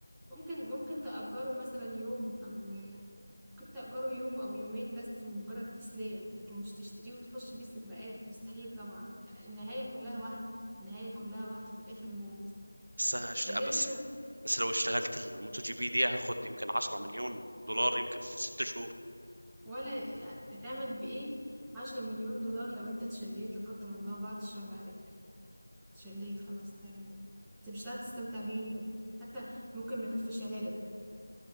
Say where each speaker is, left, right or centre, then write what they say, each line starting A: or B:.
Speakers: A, in the centre; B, on the right.
A: ممكن ممكن تأجره مثلا يوم او كنت تأجره يوم او يومين بس مجرد تسليه لكن مش تشتريه وتخش بيه سباقات مستحيل طبعا النهايه كلها واحده النهايه كلها واحده في الاخر موت
B: بس هشت...
A: يعني
B: بس
A: كده كده
B: بس لو اشتغلت الموتو جي بي دي هاخد يمكن 10 مليون دولار يمكن في ست شهور
A: ولا هتعمل بايه عشرة مليون دولار لو انت اتشليت لا قدر الله بعد الشر عليك شليت خلاص تعمل ايه انت مش هتعرف تستمتع بيهم حتى ممكن ما يكفوش علاجك